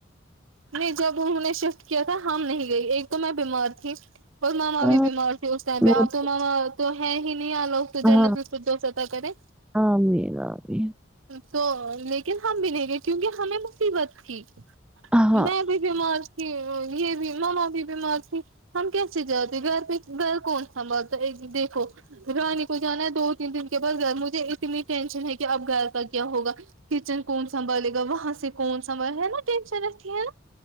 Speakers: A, on the right (about 80°); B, in the centre.
A: نہیں جب انہوں نے شفٹ کیا تھا ہم نہیں گئی ایک تو میں بیمار تھی اور مما
B: ہاں
A: بھی بیمار تھے اس ٹائم پہ
B: وہ-
A: اب تو ماما تو ہے ہی نہیں آ لوگ تو جنت
B: ہاں
A: الفردوس عطا کرے
B: آمین آمین
A: تو لیکن ہم بھی نہیں گئے کیونکہ ہمیں مصیبت تھی
B: ہاں
A: میں بھی بیمار تھی یہ بھی مما بھی بیمار تھی ہم کیسے جاتے گھر پہ گھر کون سنبھالتا اے دیکھو رانی کو جانا ہے دو تین دن کے بعد گھر مجھے اتنی ٹینشن ہے کہ اب گھر کا کیا ہوگا کچن کون سنبھالے گا وہاں سے کون سنبھال ہے نا ٹینشن رہتی ہے نا